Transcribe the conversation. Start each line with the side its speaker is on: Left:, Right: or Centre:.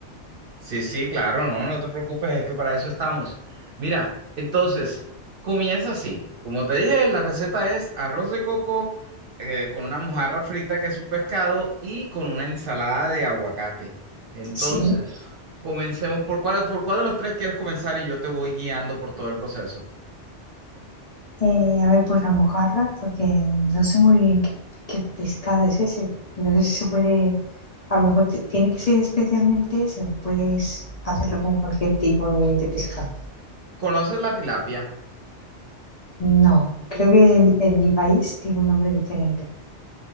Right: Sí, sí, claro, no, no te preocupes, es que para eso estamos. Mira, entonces, comienza así. Como te dije, la receta es arroz de coco eh, con una mojarra frita que es un pescado y con una ensalada de aguacate. Entonces,
Left: Sí,
Right: comencemos por cuál, por cuál de los tres quieres comenzar y yo te voy guiando por todo el proceso.
Left: Eh, a ver, por la mojarra, porque no sé muy bien qué, qué pescado es ese. No sé si se puede, a lo mejor ti- tiene que ser especialmente ese, o puedes hacerlo con cualquier tipo de, de pescado.
Right: ¿Conoces la tilapia?
Left: No, creo que en, en mi país tiene un nombre diferente.